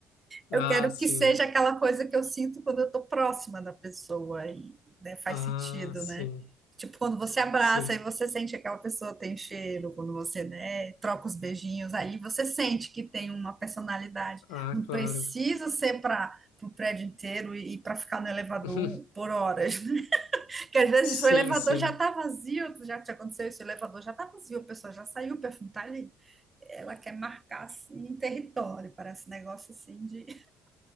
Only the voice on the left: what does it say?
Ah,
sim.
Ah,
sim.
Sim.
Ah,
claro.
<laughs>
Sim,
sim.